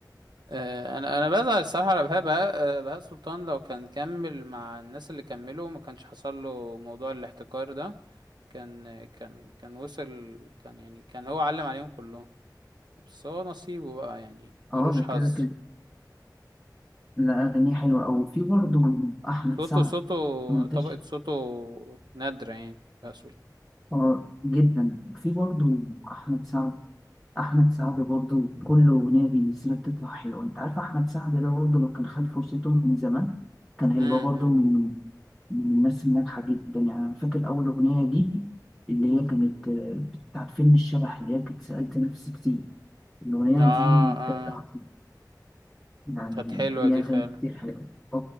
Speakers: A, on the right (about 80°); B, in the centre.
A: آه، انا انا بزعل الصراحه على بهاء بهاء آه، بهاء سلطان لو كان كمل مع الناس اللي كملوا ما كانش حصل له موضوع الاحتكار ده كان كان كان وصل كان يعني كان هو علم عليهم كلهم بس هو نصيبه بقى يعني ملوش
B: آه ده
A: حظ
B: كده كده لا أغانيه حلوة أوي وفي برضه أحمد
A: صوته
B: سعد
A: صوته
B: منتشر
A: طبقه صوته نادره يعني بهاء
B: آه جدا وفي برضه أحمد سعد أحمد سعد برضه كل أغنية بينزلها بتطلع حلوة أنت عارف أحمد سعد ده برضه لو كان خد فرصته من زمان كان هيبقى
A: سلطان
B: برضه من من الناس الناجحة جدا يعني أنا فاكر أول أغنية دي اللي هي كانت آه، بتاعت فيلم الشبح اللي هي كانت سألت نفسي كتير الأغنية
A: اه
B: دي
A: اه
B: بجد عظيمة يعني
A: كانت حلوة
B: ليها
A: دي
B: أغاني
A: فعلا
B: كتير حلوة اه